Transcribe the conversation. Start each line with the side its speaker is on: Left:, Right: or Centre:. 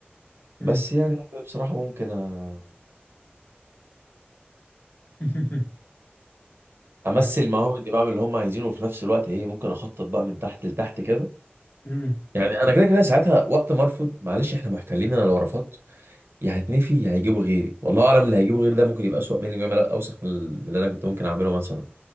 Left: امم
Right: بس يعني بصراحه ممكن أ...
Left: <laughs>
Right: امثل
Left: طب
Right: معاهم اني بعمل اللي هم عايزينه وفي نفس الوقت ايه ممكن اخطط بقى من تحت لتحت كده
Left: امم
Right: يعني انا كده كده ساعتها وقت ما ارفض معلش احنا محتلين انا لو رفضت يا هتنفي يا هيجيبوا غيري والله اعلم اللي هيجيبوا غيري ده ممكن يبقى اسوأ مني ويعمل اوسخ من من اللي انا كنت ممكن اعمله مثلا